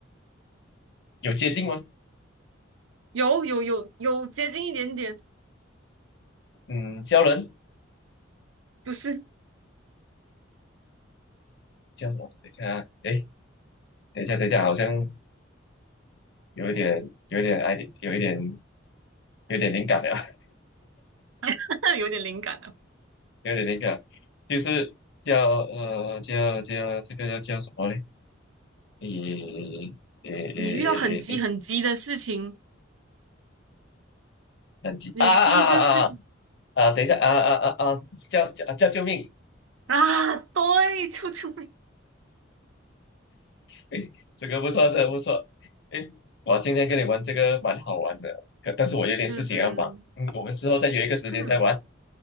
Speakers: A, on the left (about 60°); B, on the right (about 80°).
A: 有接近吗？
B: 有有有有接近一点点，
A: 嗯，叫人
B: 不是，
A: 叫什么？等一下啊，哎，等一下等一下，好像有一点，有一点爱，d 有一点，有点灵感了，
B: <laughs> 有点灵感了。
A: <laughs> 有点灵感，就是叫呃叫叫这个叫叫什么嘞？诶诶诶诶诶，
B: 你遇到很急很急的事情，
A: 等级啊啊啊啊啊！
B: 你第一个事情。
A: 啊，等一下啊啊啊啊！叫叫叫救命！
B: 啊，对，救救命！
A: 诶，这个不错，这个不错。诶，我今天跟你玩这个蛮好玩的，可但是我有点事情要忙。
B: 就是，
A: 嗯，我们之后再约一个时间再玩。
B: 嗯，